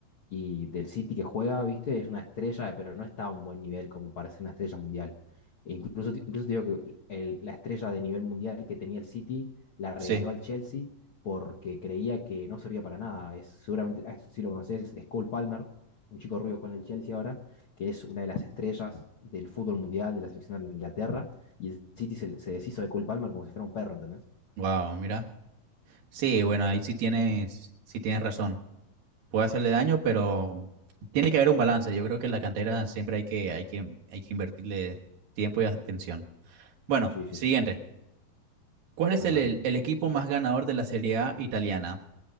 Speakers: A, on the left (about 65°); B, on the right (about 75°).
A: y del City que juega, viste, es una estrella, pero no está a un buen nivel como para ser una estrella mundial. E incluso, te- incluso te digo que el- la estrella de nivel mundial que tenía el City la regaló
B: sí.
A: al Chelsea porque creía que no servía para nada. Es, seguramente, a esto sí lo conoces, es Cole Palmer, un chico rubio que juega en el Chelsea ahora, que es una de las estrellas del fútbol mundial, de la selección de Inglaterra, y el City se, se deshizo de Cole Palmer como si fuera un perro, ¿entendés?
B: Wow, mira. Sí, bueno, ahí sí tienes, sí tienes razón. puede hacerle daño, pero tiene que haber un balance. Yo creo que en la cantera siempre hay que, hay que, hay que invertirle tiempo y atención. Bueno,
A: Sí, sí,
B: siguiente.
A: sí.
B: ¿Cuál es
A: A
B: el,
A: ver.
B: el- el equipo más ganador de la Serie A italiana?